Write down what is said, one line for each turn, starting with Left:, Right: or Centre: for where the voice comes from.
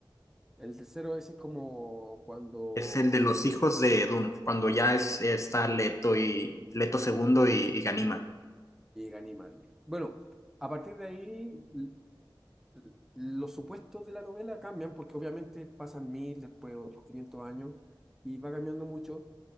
Centre: El tercero ese es como cuando
Left: Es el de los hijos de Dune, cuando ya es, está Leto y Leto segundo y, y Ganima.
Centre: llega animal. Bueno, a partir de ahí l- l- los supuestos de la novela cambian porque obviamente pasan mil, después otros 500 años y va cambiando mucho